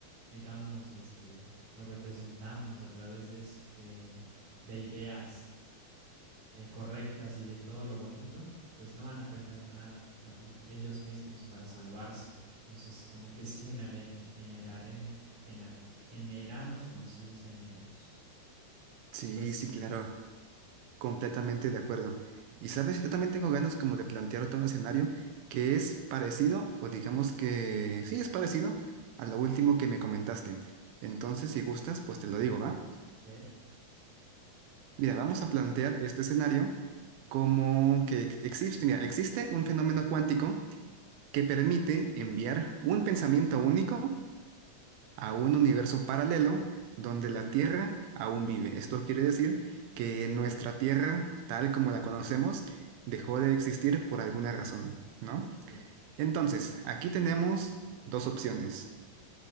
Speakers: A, on the right (about 50°); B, on the right (about 80°).
A: digamos, este, nos representamos a través de, es- de, de ideas eh, correctas y de todo lo bonito, pues no van a aprender nada pa- en ellos mismos para salvarse. Entonces, como que sí generar, generaré, generar- generamos conciencia en ellos.
B: Sí,
A: Pues sí,
B: sí, claro, completamente de acuerdo. Y sabes, yo también tengo ganas como de plantearte un escenario que es parecido, o digamos que sí es parecido a lo último que me comentaste. Entonces, si gustas, pues te lo digo, ¿va?
A: a ver.
B: Mira, vamos a plantear este escenario como que existe, mira, existe un fenómeno cuántico que permite enviar un pensamiento único a un universo paralelo donde la Tierra aún vive. Esto quiere decir que nuestra Tierra, tal como la conocemos, dejó de existir por alguna razón, ¿no?
A: ok.
B: Entonces, aquí tenemos dos opciones.